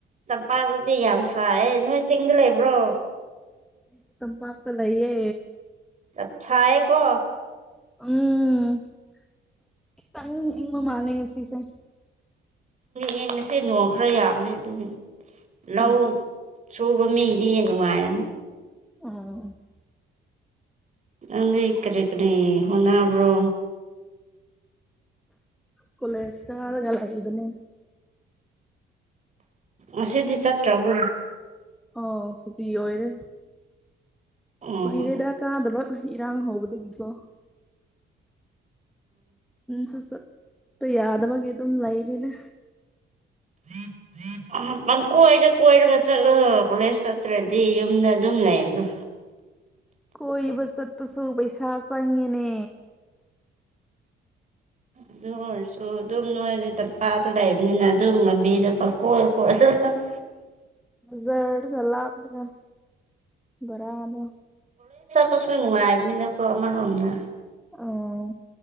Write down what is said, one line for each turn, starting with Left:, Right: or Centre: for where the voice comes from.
Right: ꯄꯥꯗꯨꯗꯤ ꯌꯥꯝ ꯁꯥꯏꯌꯦꯦ ꯅꯣꯏ ꯆꯤꯡꯗ ꯂꯩꯕ꯭ꯔꯣ
Centre: ꯑꯩꯁꯨ ꯇꯝ ꯄꯥꯡꯝꯄ ꯂꯩꯌꯦ
Right: ꯑꯁꯑ ꯀꯣ
Centre: ꯎꯝꯈꯤꯇꯪ ꯏꯪ ꯃꯥꯂꯦ ꯉꯁꯤꯁꯦ
Right: ꯌꯦꯡꯉꯁꯦ ꯅꯣꯡ ꯈꯔ ꯌꯥꯝꯃꯦ ꯑꯗꯨꯒꯤ ꯂꯧ
Centre: ꯎꯝ
Right: ꯁꯨꯕ ꯃꯤꯒꯤꯗꯤ ꯍꯦ ꯅꯨꯡꯉꯥꯏꯔꯅꯤ
Centre: ꯎꯝ
Right: ꯅꯪ ꯂꯩ ꯏ ꯀꯔꯤꯦ ꯀꯅꯦ ꯍꯟꯅꯕ꯭ꯔꯣ
Centre: ꯀꯂ ꯏꯁꯇꯥꯔꯒ ꯂ ꯍꯗꯅꯤ
Right: ꯑꯁꯤꯗꯤ ꯆꯠ꯭ꯔꯕꯨ
Centre: ꯑ ꯁꯇꯤ ꯑꯣꯏꯔꯦ
Right: ꯑꯣ
Centre: ꯀꯨꯏꯔꯦꯗ ꯀꯥꯗꯕ ꯏꯔꯥꯡ ꯍꯧꯕꯗꯒꯤꯀꯣ ꯁꯨ ꯌꯥꯗ ꯋꯥꯒꯦ ꯇ ꯂꯥꯏ ꯂꯩꯅꯦ
Right: ꯊꯔꯤ ꯊꯔꯤ ꯑ ꯄꯪꯀꯣꯏꯗ ꯀꯣꯏꯔꯒ ꯆꯠꯂ ꯀꯣꯂꯦꯖ ꯆꯠꯇ꯭ꯔꯗꯤ ꯌꯨꯝꯗ ꯑꯗꯨꯝ ꯂꯩꯕꯗꯣ
Centre: ꯀꯣꯏꯕ ꯆꯠꯄꯁꯨ ꯄꯩꯁꯥ ꯆꯪꯉꯦꯅꯦ
Right: ꯑꯗꯨ ꯑꯣꯏꯔꯁꯨ ꯑꯗꯨꯝ ꯅꯣꯏꯗꯤ ꯇꯝꯄꯥꯛꯇ ꯂꯩꯕꯅꯤꯅ ꯑꯗꯨꯝ ꯂꯝꯕꯤꯗꯣ ꯄꯪꯀꯣꯏ ꯈꯣꯠꯂ <unintelligible>
Centre: ꯖꯠꯒꯂꯅ ꯔꯅꯣ
Right: ꯄꯣꯠꯁꯨ ꯅꯨꯡꯉꯥꯏꯕꯅꯤꯅꯀꯣ ꯑꯃꯔꯣꯝꯗ
Centre: ꯑꯣ